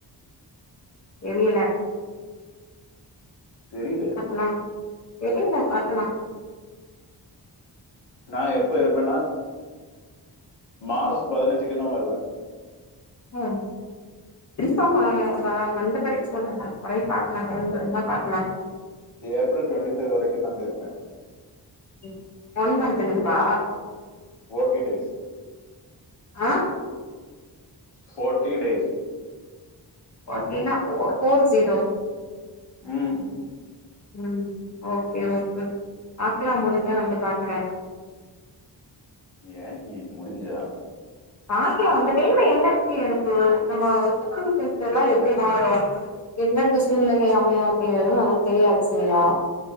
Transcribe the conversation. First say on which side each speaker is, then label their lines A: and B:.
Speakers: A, on the left; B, on the left.
A: தெரியல
B: தெரிது
A: லா தெரில பாக்கலா
B: நா எப்ப இருப்பன்னா மார்ச் பதினஞ்சுக்கு நா வருவ
A: ஆம் <unintelligible> வந்த பெறகு சொல்லுங்க கொறயு பாக்கலா டைம் இருந்தா பாக்கலா
B: ஏப்ரல் டுவெண்ட்டி ஃபைவ் வரைக்கு நா இங்க இருப்பே
A: உ ஒன் மந்த் லீவ்வா
B: ஃபோர்டி டேஸ்
A: ஆ
B: ஃபோர்ட்டி டேஸ்
A: ஃபாட்டி னா ஃபோர் ஃபோர் ஜீரோ
B: உ
A: உ ஓகே ஓகே பாக்கலா முடிஞ்சா வந்து பாக்குற
B: ஏன்டி முடிஞ்சா
A: பாக்லா அந்த டைம்ல என்னச்சு எனக்கு நம்ம சுச்டிவேஷன்ஸ்ல்லா எப்டி மாறு எந்தெந்த சூழ்நிலை அமையு அப்டிங்கறது நமக்கு தெரியாது செரியா